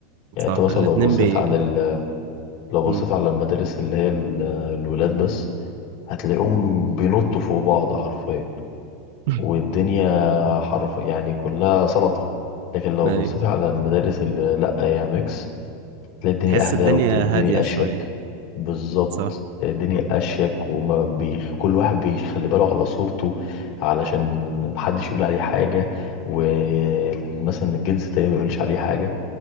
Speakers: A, on the left (about 55°); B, on the right (about 65°).
A: يعني
B: صح
A: انت مثلا
B: الاتنين
A: لو بصيت
B: بي
A: عن ال... لو
B: امم
A: بصيت على المدارس اللي هي ال- الولاد بس هتلاقيهم بينطوا فوق بعض حرفيا
B: <laughs>
A: والدنيا حرف يعني كلها سلطه لكن لو
B: ايوه
A: بصيت على المدارس اللي لا هي ميكس تلاقي الدنيا
B: تحس
A: اهدى
B: الدنيا
A: والدنيا
B: هادية
A: اشيك
B: شوية
A: بالظبط
B: صح
A: الدنيا اشيك وما بي... كل واحد بيخلي باله على صورته علشان محدش يقول عليه حاجه ومثلا الجنس التاني ما يقولش عليه حاجه